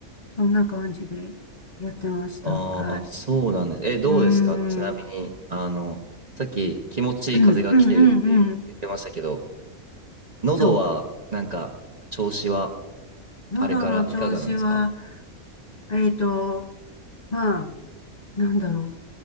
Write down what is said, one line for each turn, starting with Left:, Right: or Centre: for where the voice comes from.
Left: そんな感じでやってました。
Right: あーあ、
Left: はい。
Right: そうなんです。え、どうですかちなみに、
Left: うーん。
Right: あの、さっき気持ちいい風が来てるって言ってましたけど、
Left: うんうんうんうん。
Right: 喉は、
Left: そ
Right: なんか、調子は、
Left: う。喉の調子は、
Right: あれからいかがなんですか
Left: えっと、まあ、なんだろ